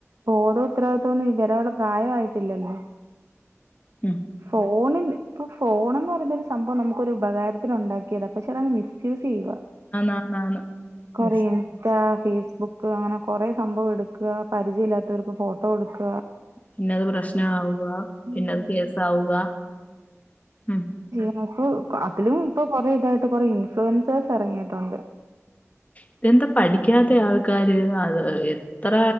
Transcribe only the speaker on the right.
ബോധോത്തരവാദിത്വൊന്നും വരാള്ള പ്രായായിട്ടില്ലല്ലോ
ഫോണില് പ്പൊ ഫോണെന്ന് പറയ്ന്നൊരു- സംഭവം നമുക്കൊരുപകാരത്തിനുണ്ടാക്കിയത പക്ഷെ അതങ്‌ മിസ്സ്‌യൂസ് ചെയ്യുവ
കൊറിയൻസ് ൻസ്റ്റ ഫേസ്ബുക്ക് അങ്ങനെ കൊറേ സംഭവട്ക്ക പരിചയ ഇല്ലാത്തവർക്ക് ഫോട്ടോ കൊടുക്ക
ഉം
പ്പ അതിലും ഇപ്പൊ കൊറേ ഇതായിട്ട് കൊറേ ഇൻഫ്ലുവൻസേഴസ് ഇറങ്ങിട്ടുണ്ട്